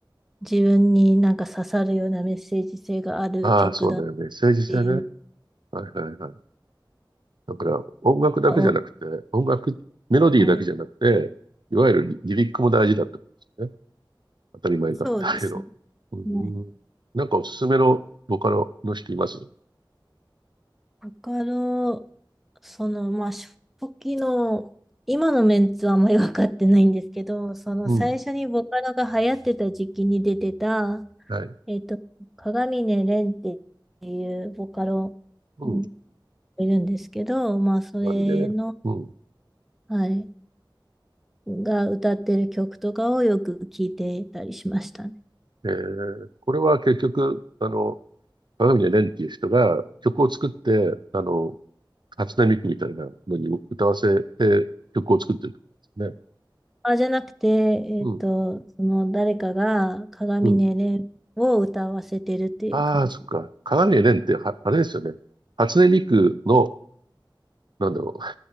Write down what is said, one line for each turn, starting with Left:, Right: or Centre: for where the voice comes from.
Centre: 自分になんか刺さるようなメッセージ性がある曲だっ
Right: ああ、そうね。メッセージ性ね。
Centre: ていうの
Right: はいはいはい。だから音楽だけじゃなくて、
Centre: が多い。
Right: 音楽、メロディーだけじゃなくて、
Centre: はい
Right: いわゆるリリリックも大事だってことですよね。当たり前かもだけど。
Centre: そうですね。
Right: うん。
Centre: はい
Right: なんかおすすめのボカロの人います
Centre: わかる。その、まあ、初期の、今のメンツはあんまり分かってないんですけど、その最初にボカロが流行ってた時期に出てた、
Right: うん。はい。
Centre: えっと、鏡音蓮っていうボカロうん
Right: うん。
Centre: いるんですけど、まあ、それの、
Right: 何で、うん。
Centre: はい、が歌ってる曲とかをよく聞いてたりしましたね。
Right: えーこれは結局、あの、鏡で蓮っていう人が曲を作って、あの、初音ミクみたいなのに歌わせて曲を作ってるってことんです
Centre: あ、じゃなくて、えっと、
Right: ね。
Centre: その誰かが鏡音蓮を歌わせてるっていう感じ。
Right: うん、うん。ああ、そっか。鏡で蓮っては、あれですよね。初音ミクの、なんだろう、